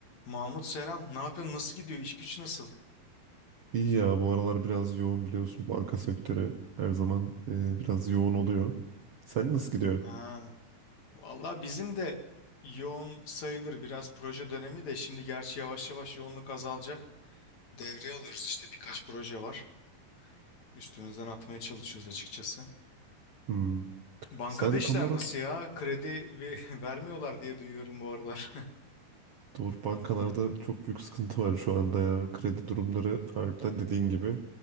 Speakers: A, on the left (about 55°); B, on the right (about 55°).
A: Mahmut selam. Ne yapıyorsun? Nasıl gidiyor? İş güç nasıl?
B: İyi ya bu aralar biraz yoğun biliyorsun banka sektörü her zaman e, biraz yoğun oluyor. Sen nasıl gidiyor?
A: Ha. Vallahi bizim de yoğun sayılır biraz proje dönemi de şimdi gerçi yavaş yavaş yoğunluk azalacak. Devreye alıyoruz işte birkaç proje var. Üstümüzden atmaya çalışıyoruz açıkçası.
B: Hmm.
A: Bankada
B: Sen
A: işler
B: tam olarak
A: nasıl ya? Kredi ve <laughs> vermiyorlar diye duyuyorum bu aralar.
B: doğru bankalarda çok büyük sıkıntı var şu anda ya. Kredi durumları harbiden dediğin gibi